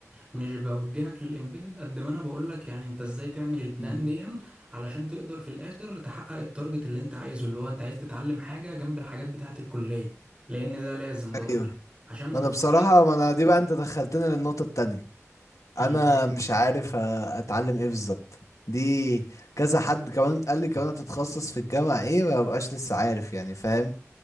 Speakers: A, on the right; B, on the left.
A: مش بوجهك للامبيدد قد ما انا بقول لك يعني انت ازاي تعمل البلان
B: مم.
A: دي علشان تقدر في الاخر تحقق التارجت اللي انت عايزه اللي هو انت عايز تتعلم حاجه جنب الحاجات بتاعه الكليه لان ده لازم ضروري
B: ايوه
A: عشان ما
B: ما
A: تخرجش
B: انا بصراحة ما انا دي بقى انت دخلتني للنقطة التانية
A: اللي
B: انا
A: إيه؟
B: مش عارف أ- اتعلم ايه بالظبط دي كذا حد كمان قال لي كمان هتتخصص في الجامعة ايه ما ببقاش لسه عارف يعني فاهم